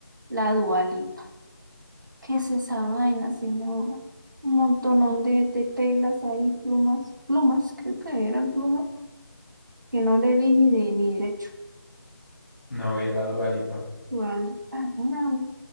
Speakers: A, on the right; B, on the left.
A: la Dua Lipa. ¿Qué es esa vaina, señora? Un montonón de, de telas ahí, plumas, plumas, creo que eran plumas, que no le vi ni de ni derecho.
B: No vi a la Dua Lipa.
A: Dua Lipa, mira, hay